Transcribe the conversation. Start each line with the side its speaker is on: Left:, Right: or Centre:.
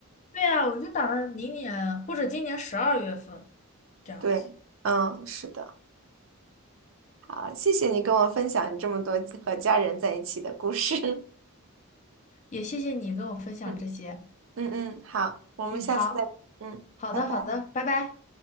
Left: 对呀，我就打算明年或者今年十二月份这样子。
Right: 对，嗯，是的，好，谢谢你跟我分享你这么多和家人在一起的故事。<laughs>
Left: 也谢谢你跟我分享这些。
Right: 嗯嗯嗯，好，我们下次再，
Left: 嗯，好，
Right: 嗯，
Left: 好的，
Right: 拜拜。
Left: 好的，拜拜。